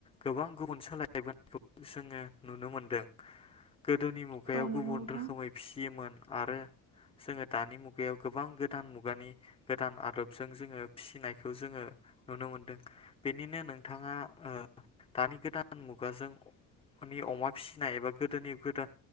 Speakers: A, on the left (about 15°); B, on the right (about 50°).
A: गोबां गुबुन सोलाय <unintelligible> बोनायखौ जोङो नुनो मोनदों। गोदोनि मुगायाव
B: औ
A: गुबुन
B: नंगौ नोंथां
A: रोखोमै फियोमोन। आरो जोङो दानि मुगायाव गोबां गोदान मुगानि गोदान आदबजों जोङो फिसिनायखौ जोङो नुनो मोनदों। बेनिनो नोंथाङा दानि गोदान मुगाजों अमा फिसिनाय एबा गोदोनि गोदान